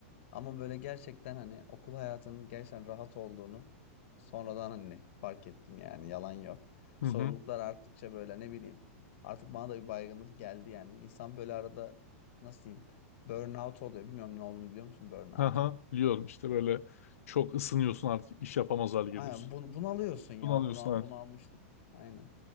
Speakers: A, on the left; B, on the left.
A: Ama böyle gerçekten hani okul hayatının gerçekten rahat olduğunu sonradan hani fark ettim yani yalan yok.
B: hı.
A: Sorumluluklar
B: hı.
A: arttıkça böyle ne bileyim artık bana da bir baygınlık geldi yani. İnsan böyle arada nasıl diyeyim burnout oluyor. Bilmiyorum ne olduğunu biliyor musun burnout'un?
B: Haha, biliyorum işte böyle çok ısınıyorsun artık iş yapamaz hale geliyorsun.
A: Aynen bunu, bunu alıyorsun ya.
B: Bunu alıyorsun
A: Bunu, al-
B: abi.
A: bunu almıştık. Aynen.